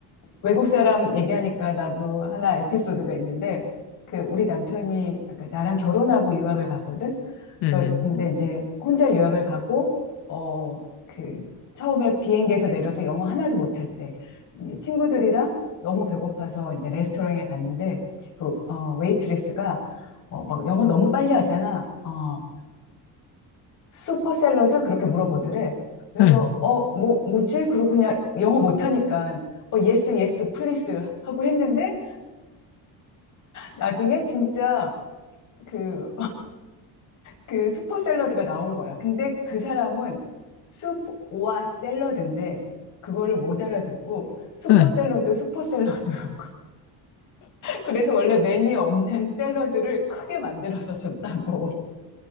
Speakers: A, on the left; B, on the left.
A: 외국 사람 얘기하니까 나도 하나 에피소드가 있는데 그 우리 남편이 아까 나랑 결혼하고 유학을 갔거든.
B: 음,
A: 그래서 근데 이제 혼자 유학을 가고 어 그 처음에 비행기에서 내려서 영어 하나도 못할 때 이제 친구들이랑 너무 배고파서 이제 레스토랑에 갔는데 그 어, 웨이트레스가 어, 막 영어 너무 빨리 하잖아. 어, 슈퍼셀러드 그렇게 물어보더래. 그래서
B: 응,
A: 어, 뭐 뭐지? 그러고 그냥 영어 못하니까 어, 예스 예스 플리스 하고 했는데 나중에 진짜 그 그 슈퍼셀러드가 나온 거야. 근데 그 사람은 숲오와 샐러드인데 그거를 못 알아듣고 슈퍼샐러드
B: 응.
A: 슈퍼샐러드 <laughs> 그래서 원래 메뉴에 없는 샐러드를 크게 만들어서 줬다고.